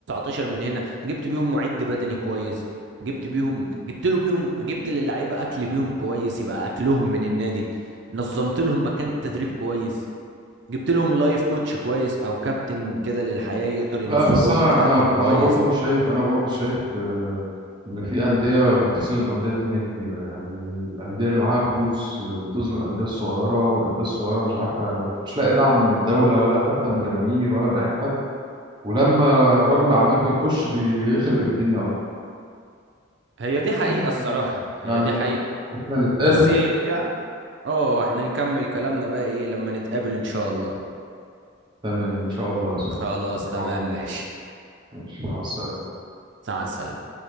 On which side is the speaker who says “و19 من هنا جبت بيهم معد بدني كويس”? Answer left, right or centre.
Right